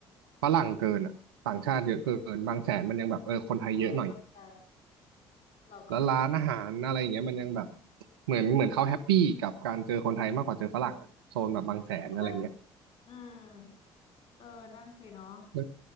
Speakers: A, on the right; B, on the left.
A: ฝรั่งเกินอะต่างชาติเยอะเกินบางแสนมันยังแบบเออคนไทยเยอะหน่อย
B: เข้าใจเข้าใจเราก็รู้
A: แล้วร้านอาหารอะไรอย่างเงี้ยมันยังแบบเหมือนเหมือนเขาแฮปปี้กับการเจอคนไทยมากกว่าเจอฝรั่งอะโซนแบบบางแสนอะไรเงี้ย
B: <laughs> อืมเออนั่นสิเนาะ
A: เอ